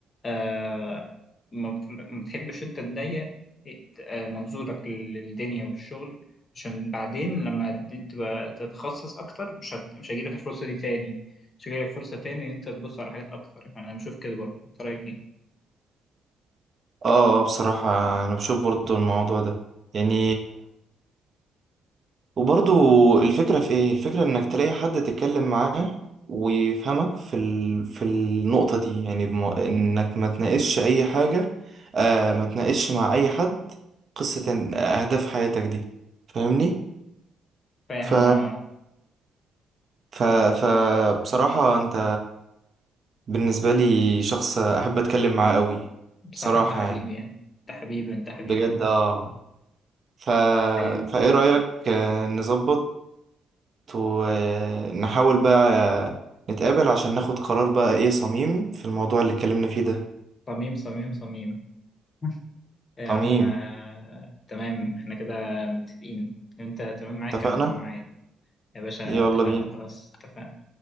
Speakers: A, on the left; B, on the right.
A: آه ما بت- ما بتحبش أنت تضيق آه، منظورك للدنيا وللشغل عشان بعدين لما دي تبقى تتخصص أكتر مش هت... مش هيجيلك الفرصة دي تاني مش هيجيلك فرصة تاني إن أنت تبص على حاجات أكتر يعني أنا بشوف كده برضه أنت رأيك إيه؟
B: آه، بصراحة أنا بشوف برضو الموضوع ده يعني وبرضو الفكرة في ايه الفكرة انك تلاقي حد تتكلم معاه ويفهمك في ال... في النقطة دي يعني بم... انك ما تناقشش اي حاجة آه ما تناقشش مع اي حد قصة إن- اهداف حياتك دي فاهمني
A: فاهم
B: ف
A: اه
B: ف ف بصراحة انت بالنسبة لي شخص احب اتكلم معاه قوي
A: بصراحة
B: بصراحة
A: انت حبيبي
B: يعني
A: يعني انت حبيبي انت حبيبي
B: بجد
A: يعني
B: اه ف
A: ايوه
B: فايه رأيك آه، نظبط ونحاول بقى آه، نتقابل عشان ناخد قرار بقى ايه صميم في الموضوع اللي اتكلمنا فيه ده
A: صميم صميم صميم <laughs> يا
B: صميم
A: عم آه، تمام احنا كده متفقين انت تمام معاك
B: اتفقنا
A: انا تمام معايا يا باشا
B: يلا
A: اتفقنا
B: بينا
A: خلاص اتفقنا